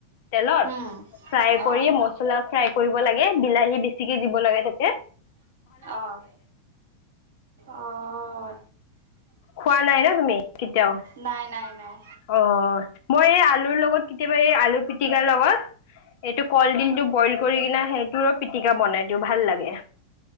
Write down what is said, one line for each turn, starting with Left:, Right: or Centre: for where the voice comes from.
Left: তেলত,
Right: উম,
Left: ফ্ৰাই
Right: অ'।
Left: কৰি মছলা পলা ফ্ৰাই কৰিব লাগে, বিলাহী বেছিকে দিব লাগে ত
Right: অ', আহ
Left: খোৱা নাই ন তুমি কেতিয়াও
Right: নাই, নাই, নাই।
Left: অ', মই এই আলুৰ লগত কেতিয়াবা এই আলু পিটিকাৰ লগত টো কলডিলটো বইল কৰি কিনা সেইটোৰ পিটিকা বনাই দিওঁ ভাল লাগে।